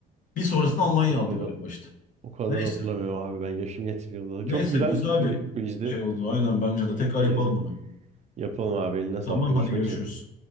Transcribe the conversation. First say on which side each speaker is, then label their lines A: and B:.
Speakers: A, on the left; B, on the right.
A: bir sonrasında Almanya
B: O
A: aldı
B: kadar
A: galiba işte.
B: O kadar
A: Neyse.
B: hatırlamıyorum abi ben yaşım yetmiyordu.
A: Neyse
B: Çok güzel
A: güzel
B: bir
A: bir
B: quizdi.
A: şey oldu. Aynen bence
B: Keyifliydi.
A: de. Tekrar yapalım bunu.
B: Yapalım abi eline
A: Tamam
B: sağlık. Görüşmek
A: hadi görüşürüz.
B: üzere.